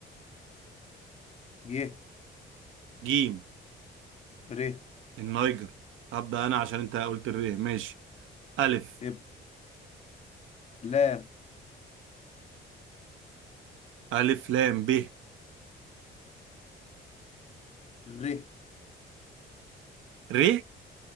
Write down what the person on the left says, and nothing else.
ي
ر
ابدا لام
ر